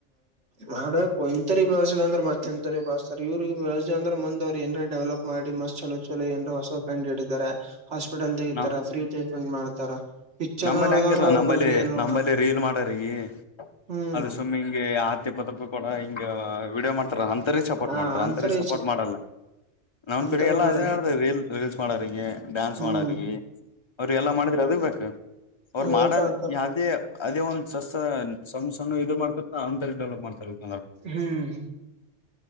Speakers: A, on the right; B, on the left.
A: ಮಾಡ್ಬೇಕು ಇಂತರಿಗೆ ಬಳಸಂದ್ರ ಇಲ್ ಮತ್ಎಂತರಿಗೆ ಬಳಸ್ತಾರೆ ಇವ್ರಿಗೆ ಬೆಳಸ ಅಂದ್ರೆ ಮುಂದ್ ಏನ್ರೆ ಡೆವಲಪ್ ಮಾಡಿ ಮಸ್ತ್ ಚಲೋ ಚಲೋ ಎಂದರು ಹೊಸದು ಕಂಡು ಹಿಡಿದಿದ್ದಾರೆ. ಹಾಸ್ಪಿಟಲ್ ತೆಗಿತಾರ
B: ನಾವ್
A: ಫ್ರೀ ಟ್ರೀಟ್ಮೆಂಟ್ ಮಾಡ್ತಾರ. ಪಿಕ್ಚರ್
B: ನಂಬಲ್ಲಿ
A: ನೋಡ್ದಂಗ
B: ಹಂಗಿರ್ಲ
A: ಅವ್ರ
B: ನಂಬಲ್ಲಿ
A: ಬಲ್ ರಿಯಲ್ ನೋಡ್ದಂಗ
B: ನಂಬಲ್ಲಿ ರೀಲ್ ಮಾಡರಿಗಿ
A: ಹ್ಮ್
B: ಅದು ಸ್ಮ್ಮಿಂಮ್ ಹಗೆ ಆ ಹತ್ತ ಇಪ್ಪತ್ತು ರೂಪಾಯಿ ಕಡ ಹಿಂಗ ವಿಡಿಯೋ ಮಾಡ್ತಾರ ಅಂತರಿ ಸಪೋರ್ಟ್
A: ಆ
B: ಮಾಡ್ತಾರ
A: ಅಂತರಿಗ್
B: ಅಂತರಿ ಸಪೋರ್ಟ್ ಮಾಡಲ್ಲ. ನಮ್
A: ಅಂತರ
B: ಕಡೆಗೆಲ್ಲಾ
A: ಮಾಡ
B: ಅದೇ ಅದ ರೀಲ್ ರೀಲ್ಸ್ ಮಾಡೋರಿಗೆ ಡ್ಯಾನ್ಸ್
A: ಹ್ಮ್
B: ಮಾಡೋರಿಗೆ. ಅವ್ರ ಎಲ್ಲ ಮಾಡಿದ್ರೆ ಅದ ಬೇಕು ಅವ್ರ
A: ಅದಕ್ಕ
B: ಮಾಡ
A: ಆತ
B: ಯಾವ್ದೇ. ಅದೇ ಒಂದ್ ಸಸ ಸಣ್ಣ ಸಣ್ಣ ಇದು ಮಾಡ್ತತ ಅವ್ ತರ ಡೆವಲಪ್ ಮಾಡ್ತಾರ ಇದು.
A: ಹ್ಮ್